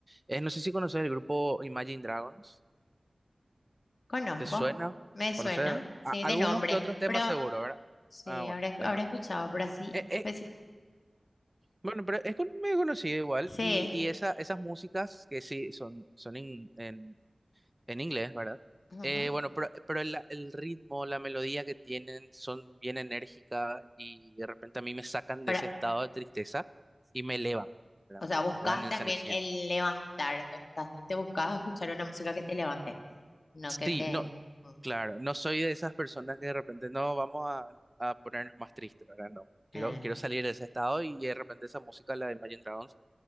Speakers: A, on the right; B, on the left.
A: es, no sé si conoces el grupo Imagine Dragons,
B: conozco,
A: ¿te suena?
B: me suena,
A: ¿Conoces
B: sí,
A: a- algunos
B: de nombre,
A: que otros temas
B: pero
A: seguro, ¿verdad?
B: sí,
A: Ah, bueno,
B: habré, habré
A: de no.
B: escuchado, pero así
A: Eh, eh,
B: específico.
A: bueno, pero es con- medio conocido igual,
B: Sí,
A: y, y esa, esas músicas que sí, son, son En inglés, ¿verdad?
B: ujú,
A: Eh, bueno, pero, pero el, el ritmo, la melodía que tienen son bien enérgicas y de repente a mí me sacan
B: para-
A: de ese estado de tristeza y me elevan, ¿verdad?
B: O sea,
A: Me,
B: buscas
A: me dan esa
B: también
A: energía.
B: el levantar. Cuando estás triste, buscas escuchar una música que te levante, no que
A: Sí,
B: te...
A: no,
B: Mm,
A: claro, no soy de esas personas que de repente no vamos a, a ponernos más tristes, ¿verdad? No, quiero,
B: Ah,
A: quiero salir de ese estado y de repente esa música, la de Imagine Dragons.